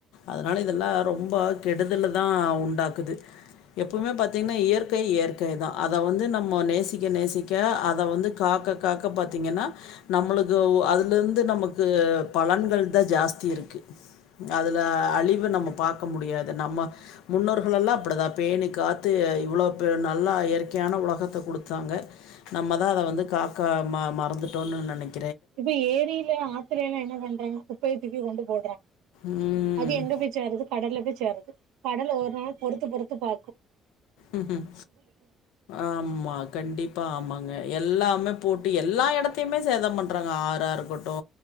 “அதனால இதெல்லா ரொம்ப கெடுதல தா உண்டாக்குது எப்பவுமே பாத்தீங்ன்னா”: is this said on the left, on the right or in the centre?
Left